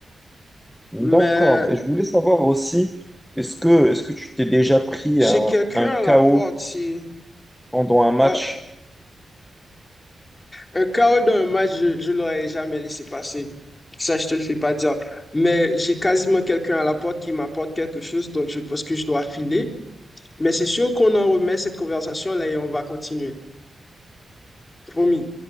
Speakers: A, in the centre; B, on the left.
A: D'accord.
B: Mais
A: Et je voulais savoir aussi, est-ce que, est-ce que tu t'es déjà pris
B: j'ai
A: un,
B: quelqu'un
A: un
B: à la
A: KO
B: porte, c'est.
A: pendant un match?
B: euh, Un chaos dans un match, je ne l'aurais jamais laissé passer. Ça, je te le fais pas dire. Mais j'ai quasiment quelqu'un à la porte qui m'apporte quelque chose, donc je pense que je dois filer. Mais c'est sûr qu'on en remet cette conversation-là et on va continuer. Promis.